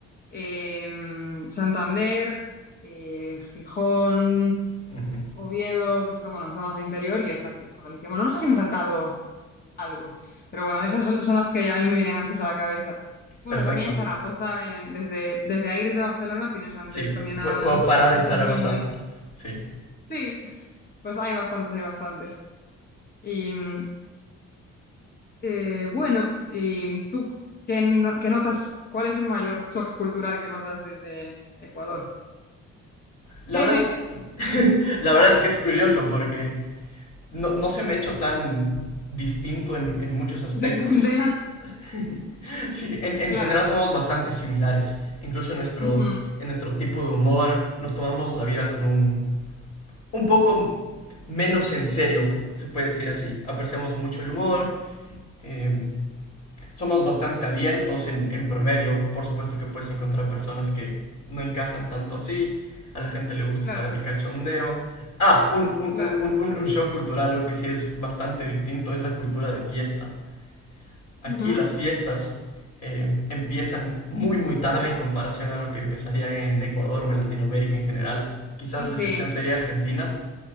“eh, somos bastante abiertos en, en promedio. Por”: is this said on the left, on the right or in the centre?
Left